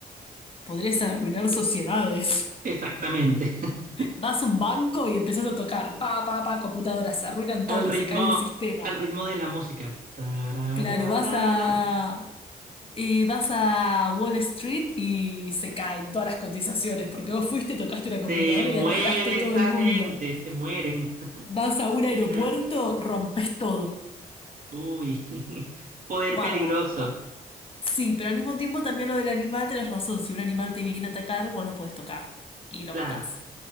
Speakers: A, on the left; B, on the right.
A: podrías arruinar sociedades.
B: Exactamente. <laughs>
A: <laughs> Vas a un banco y empezás a tocar. Pa, pa, pa, computadoras, se arruinan
B: Al
A: todo,
B: ritmo,
A: se cae el sistema.
B: al ritmo de la música. Tarararara.
A: Claro, vas a. Y vas a Wall Street y se caen todas las cotizaciones, porque vos fuiste, tocaste una computadora
B: Se muere
A: y arruinaste todo
B: esa
A: el mundo.
B: gente, se mueren.
A: Vas a
B: Mira,
A: un aeropuerto, rompes todo.
B: uy. <laughs> Poder
A: Guarda,
B: peligroso.
A: guarda. Sí, pero al mismo tiempo también lo del animal, tenés razón. Si un animal te viene a atacar, vos lo podés tocar y lo
B: Claro.
A: matás.